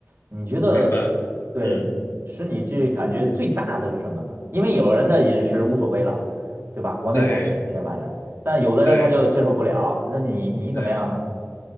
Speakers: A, on the right; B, on the left.
A: 你觉得
B: 明白。
A: 对，
B: 嗯，
A: 使你这感觉最大的是什么呢？因为有人的饮食无所谓了，对吧？国内他也吃这些玩意儿，
B: 对
A: 但有的人他就接受不了。
B: 对
A: 那你你怎么样呢？
B: 对。